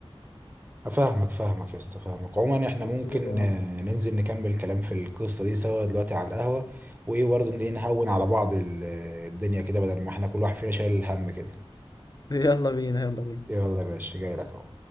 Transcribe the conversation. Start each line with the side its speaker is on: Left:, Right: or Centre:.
Right: افهمك فاهمك يا اسطى فاهمك عموما احنا
Left: بص
Right: ممكن
Left: كده يعني
Right: آه، ننزل نكمل كلام في القصه دي سوا دلوقتي على القهوه وايه برضه إيه نهون على بعض ال- الدنيا كده بدل ما احنا كل واحد فينا شايل الهم كده
Left: <laughs> يلا بينا يلا بينا
Right: يلا يا باشا جاي لك اهو